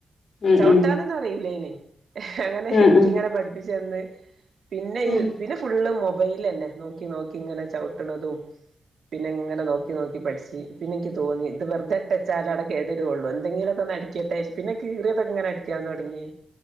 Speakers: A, on the left; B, on the right.
A: ഉം
B: ചവിട്ടാനൊന്നും
A: ഉം
B: അറിയില്ലായിന്ന് അങ്ങനെ
A: ഉം
B: എനിക്കിങ്ങനെ
A: ഉം
B: പഠിപ്പി ച്ച് തന്ന് പിന്നെ
A: ഉം ഉം
B: പിന്നെഫുള്ള് മൊ മൊബൈയിലന്നെ നോക്കി നോക്കി ഇങ്ങനെ ചവിട്ട്ണതും പിന്നെ ഇങ്ങനെ നോക്കി നോക്കി പഠിച്ച് പിന്നെനിക്ക് തോന്നി ഇത് വെറുതെഇട്ടേച്ചാലവിടെ കേടു വരുവെള്ളുവന്ന് എന്തെങ്കിലും ഒന്ന് അടിക്കട്ടെ പിന്നെ കീറിയതൊക്കെങ്ങനെ അടിക്കാൻ തൊടങ്ങി